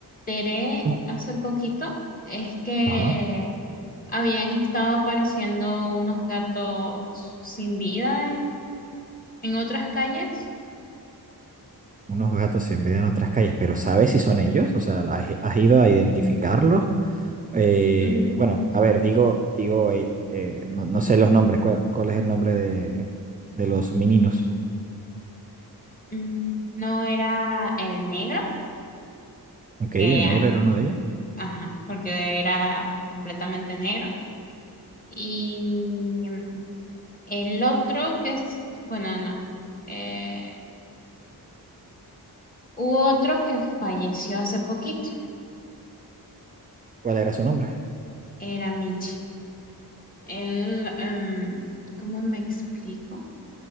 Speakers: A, on the left (about 20°); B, on the right (about 20°).
A: enteré
B: ¿Cómo?
A: hace poquito es que
B: Ajá.
A: habían estado apareciendo unos gatos sin vida en en otras calles
B: unos gatos se envidian otras calles, pero ¿sabes si son ellos? O sea, ¿la- ¿has, has ido a identificarlos? Eh,
A: Mm,
B: bueno, a ver, digo, digo, eh, eh, no, no sé los nombres. ¿Cuál, cuál es el nombre de, de los meninos?
A: mm, no era el negro,
B: Ok,
A: que,
B: el negro era uno de ellos.
A: ajá, porque era completamente negro. Y mm, el otro que es, bueno, no. Eh, hubo otro que falleció hace poquito,
B: ¿Cuál era su nombre?
A: era Mitch. Él, em, ¿cómo me explico?